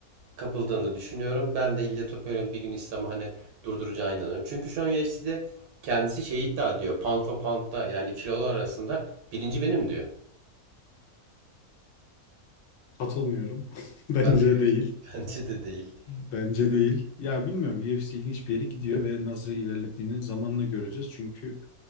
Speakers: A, on the right (about 85°); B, on the left (about 60°).
A: kapıldığını düşünüyorum. Ben de İlla Topuyruk'un bir gün İslam'ı hani durduracağına inanıyorum. Çünkü şu an UFC'de kendisi şey iddia ediyor. Pound for pound'da yani kilolar arasında birinci benim diyor.
B: Katılmıyorum. <laughs> Bence
A: Ben de <laughs>
B: değil.
A: bence de değil.
B: Bence değil. Ya bilmiyorum UFC ilginç bir yere gidiyor ve nasıl ilerlediğini zamanla göreceğiz. Çünkü